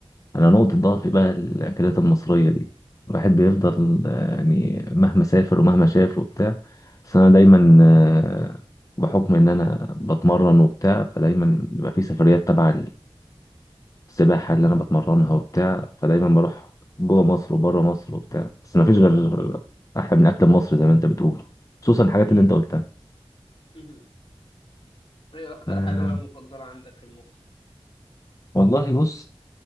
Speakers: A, on the left; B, on the left.
A: أنا
B: امم
A: نقطة ضعفي بقى الأكلات المصرية دي الواحد بيفضل آه، يعني مهما سافر ومهما شاف وبتاع بس أنا دايما آه، بحكم إن أنا بتمرن وبتاع فدايما بيبقى في سفريات تبع السباحة اللي أنا بتمرنها وبتاع فدايما بروح جوه مصر وبره مصر وبتاع بس مفيش غير أحلى من أكل مصر زي ما أنت بتقول خصوصا الحاجات
B: اكيد
A: اللي أنت قلتها
B: امم ايه اكتر
A: آه
B: حاجه بقى مفضله عندك في المصري
A: والله بص